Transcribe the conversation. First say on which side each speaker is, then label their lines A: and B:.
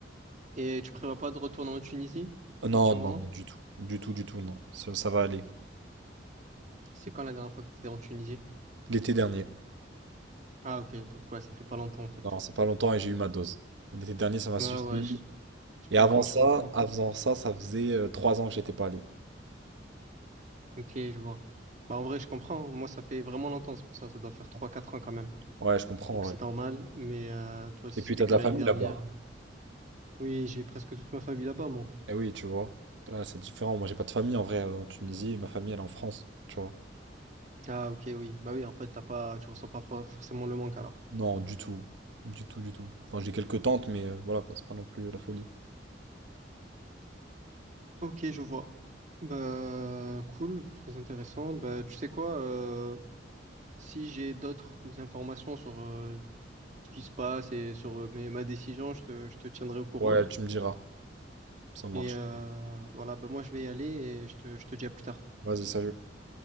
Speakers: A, on the right; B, on the right.
A: Et tu prévois pas de retourner en Tunisie?
B: Euh, non,
A: Un petit moment?
B: non, non, du tout. Du tout, du tout, non. Ça, ça va aller.
A: C'est quand la dernière fois que tu étais en Tunisie?
B: L'été dernier.
A: Ah ok, donc ouais, ça fait pas longtemps en fait.
B: Non, c'est pas longtemps et j'ai eu ma dose. L'été dernier, ça m'a
A: Ouais,
B: suffi.
A: ouais, je, je
B: Et
A: comprends,
B: avant ça,
A: je comprends.
B: avant ça, ça faisait euh, trois ans que j'étais pas allé.
A: Ok, je vois. Bah en vrai, je comprends. hein. Moi, ça fait vraiment longtemps, c'est pour ça, ça doit faire trois quatre ans quand même.
B: Ouais, je comprends
A: Donc
B: en vrai.
A: c'est normal, mais euh, toi si
B: Et puis
A: c'était
B: t'as
A: que
B: de la
A: l'année
B: famille
A: dernière.
B: là-bas.
A: Oui, j'ai presque toute ma famille là-bas, moi.
B: Eh oui, tu vois. Là, c'est différent. Moi, j'ai pas de famille en vrai euh, en Tunisie. Ma famille, elle est en France, tu vois.
A: Ah ok, oui. Bah oui, en fait, t'as pas, tu ressens pas for- forcément le manque alors.
B: Non, du tout. Du tout, du tout. Enfin, j'ai quelques tantes, mais euh, voilà quoi, c'est pas non plus la folie.
A: Ok, je vois. Bah cool, très intéressant. Bah tu sais quoi, euh, si j'ai d'autres informations sur euh, ce qui se passe et sur euh, mes, ma décision, je te, je te tiendrai au courant.
B: Ouais, tu me diras. Ça marche.
A: Et euh, voilà, ben moi je vais y aller et je te, je te dis à plus tard.
B: Vas-y, salut.